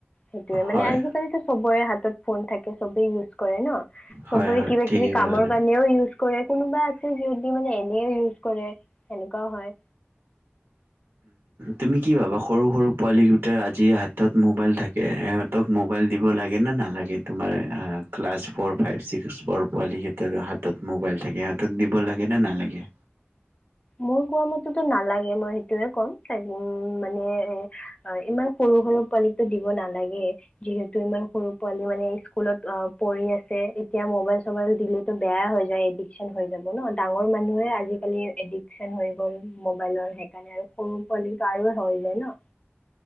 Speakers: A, on the left; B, on the right.
A: টোৱে মানে
B: হয়,
A: আজিকালিতো চবৰে হাতত ফোন থাকে। চবে ইউজ কৰে ন
B: হয়,
A: চবৰে
B: হয়,
A: কিবা
B: ঠিকেই
A: কিবি কামৰ
B: ক'লা তুমি।
A: কাৰানও ইউজ কৰে কোনোবা যদি মানে এনে ইউজ কৰে সেনেকুৱাও হয়।
B: তুমি কি ভাবা সৰু সৰু পোৱালি দুটা আজি হাতত মবাইল থাকে, ইহঁতক মোবাইল দিব লাগে নে নালাগে তোমাৰ ক্লাছ ফৰ ফাইভ ছিক্সৰ পোৱালিকেইটাৰ হাতত মোবাইল থাকে, হাতত দিব লগে নে নালাগে?
A: মোৰ কোৱা মতেতো নালাগে মই সেইটোয়ে ক'ম ত উম মানে এ ইমান সৰু সৰু পোৱালিক দিব নালাগে। যিহেতু ইমান সৰু পোৱালি মানে স্কুলত অ পৰি আছে এতিয়া মবাইল চবাইল দিলেতো বেয়া হৈ যায় এডিকচন হৈ যাব ন ডাঙৰ মানুহে আজিকালি এডিক্ত চন হৈ গ'ল মোবাইলৰ সেইকাৰণে আৰু সৰু পোৱালিটো আৰু হৈ যায় ন?